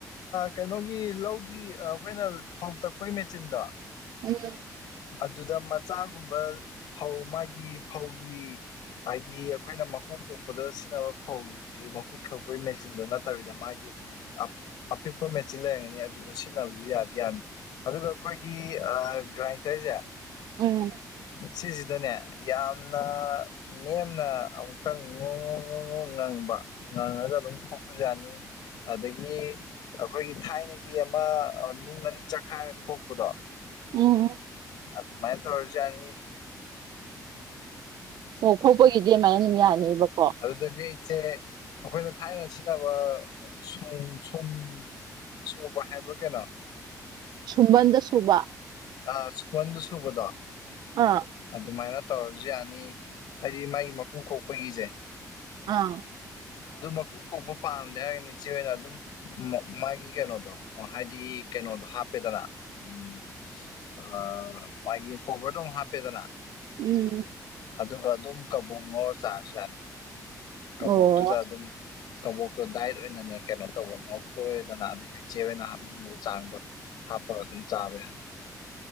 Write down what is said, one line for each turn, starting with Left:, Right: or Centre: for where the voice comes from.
Left: ꯀꯩꯅꯣꯒꯤ ꯂꯧꯒꯤ ꯑꯩꯈꯣꯏꯅ ꯐꯧ ꯇꯛꯄꯒꯤ ꯃꯦꯆꯤꯟꯗꯣ
Right: ꯎꯝ
Left: ꯑꯗꯨꯗ ꯃꯆꯥꯒꯨꯝꯕ ꯐꯧ ꯃꯥꯒꯤ ꯐꯧꯒꯤ ꯍꯥꯏꯗꯤ ꯑꯩꯈꯣꯏꯅ ꯃꯀꯨ ꯈꯣꯛꯄꯗ ꯁꯤꯖꯤꯟꯅꯕ ꯐꯧ ꯃꯀꯨ ꯈꯦꯄꯒꯤ ꯃꯦꯆꯤꯟꯗ ꯅꯠꯇꯕꯤꯗ ꯃꯥꯒꯤ ꯑꯄꯤꯛꯄ ꯃꯦꯆꯤꯟ ꯂꯩꯔꯒꯅꯤ ꯑꯗꯨꯗ ꯁꯤꯖꯤꯟꯅꯕꯁꯨ ꯌꯥꯗꯤ ꯌꯥꯅꯤ ꯑꯗꯨꯒ ꯑꯩꯈꯣꯏꯒꯤ ꯑꯥ ꯒ꯭ꯔꯥꯏꯟꯗꯔꯁꯦ
Right: ꯎꯝ
Left: ꯁꯤꯁꯤꯗꯅꯦ ꯌꯥꯝꯅ ꯅꯦꯝꯅ ꯑꯃꯨꯛꯇꯪ ꯉꯣꯡ ꯉꫭꯡ ꯉꫭꯡ ꯉꫭꯡ ꯉꯪꯕ ꯉꯪꯉꯒ ꯑꯗꯨꯝ ꯈꯣꯛꯄ ꯌꯥꯅꯤ ꯑꯗꯒꯤ ꯑꯩꯈꯣꯏꯒꯤ ꯊꯥꯏꯅꯒꯤ ꯑꯃ ꯅꯨꯡ ꯑꯅꯤ ꯆꯥꯛꯈꯥꯏꯔ ꯈꯣꯛꯄꯗꯣ
Right: ꯎꯝ
Left: ꯑꯗꯨꯃꯥꯏ ꯇꯧꯔꯖꯨ ꯌꯅꯤ
Right: ꯑꯣ ꯈꯣꯠꯄꯒꯤꯗꯤ ꯑꯗꯨꯃꯥꯏꯅ ꯑꯗꯨꯝ ꯌꯥꯅꯤꯕꯀꯣ
Left: ꯑꯗꯨꯗꯒꯤ ꯏꯆꯦ ꯑꯩꯈꯣꯏꯅ ꯊꯥꯏꯅ ꯁꯤꯖꯤꯟꯅꯕ ꯁꯨꯝ ꯁꯨꯝ ꯁꯨꯕ ꯍꯥꯏꯕ꯭ꯔꯥ ꯀꯩꯅꯣ
Right: ꯁꯨꯝꯕꯟꯗ ꯁꯨꯕ
Left: ꯑ ꯁꯨꯝꯕꯟꯗꯁꯨꯨꯕꯗꯣ
Right: ꯑꯥ
Left: ꯑꯗꯨꯃꯥꯏꯅ ꯇꯧꯔꯁꯨ ꯌꯥꯅꯤ ꯍꯥꯏꯗꯤ ꯃꯥꯏ ꯃꯀꯨ ꯈꯣꯛꯄꯒꯤꯁꯦ
Right: ꯑꯥ
Left: ꯑꯗꯨ ꯃꯀꯨ ꯀꯣꯛꯄ ꯄꯥꯝꯗꯦ ꯍꯥꯏꯔꯒꯅ ꯏꯆꯦ ꯍꫭꯏꯅ ꯑꯗꯨꯝ ꯃꯥꯒꯤ ꯀꯩꯅꯣꯗꯣ ꯍꯥꯏꯗꯤ ꯀꯩꯅꯣꯗꯣ ꯍꯥꯞꯄꯦꯗꯅ ꯎꯝ ꯑ ꯃꯥꯒꯤ ꯀꯣꯕꯔꯗꯣ ꯑꯃ ꯍꯥꯞꯄꯦꯗꯅ
Right: ꯎꯝ
Left: ꯑꯗꯨꯒ ꯑꯗꯨꯝ ꯀꯕꯣꯛ ꯉꯧꯔ ꯆꯥꯔꯖꯨ ꯌꯥꯅꯤ ꯀꯕꯣꯛꯇꯨꯗ
Right: ꯑꯣ
Left: ꯑꯗꯨꯝ ꯀꯕꯣꯛꯇꯣ ꯗꯥꯏꯠ ꯑꯣꯏꯅꯅꯦ ꯀꯩꯅꯣ ꯇꯧꯕ ꯉꯥꯎꯊꯣꯛꯑꯦꯗꯅ ꯑꯗꯨꯒ ꯏꯆꯦ ꯍꫭꯏꯅ ꯍꯥꯞꯅꯤꯡꯉꯤꯕ ꯆꯥꯡꯗꯣ ꯍꯥꯞꯄ ꯑꯗꯨꯝ ꯆꯕꯥꯌꯅꯤ